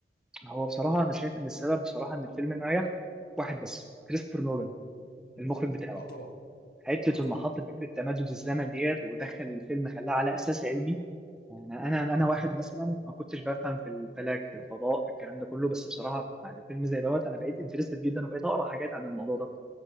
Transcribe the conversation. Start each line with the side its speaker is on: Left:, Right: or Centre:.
Centre: هو بصراحة أنا شايف إن السبب بصراحة إن الفيلم نجح واحد بس كريستوفر نولان
Left: مم.
Centre: المخرج بتاعه
Left: اه طبعا
Centre: حتة
Left: اه طبعا
Centre: إنه حط فكرة تمدد الزمن ديت ودخل الفيلم خلاه على أساس علمي يعني أنا أنا
Left: مم.
Centre: أنا واحد مثلا ما كنتش بفهم في الفلك في الفضاء في الكلام ده كله بس بصراحة بعد فيلم زي دوت أنا بقيت انترستد جدا وبقيت أقرأ حاجات عن الموضوع ده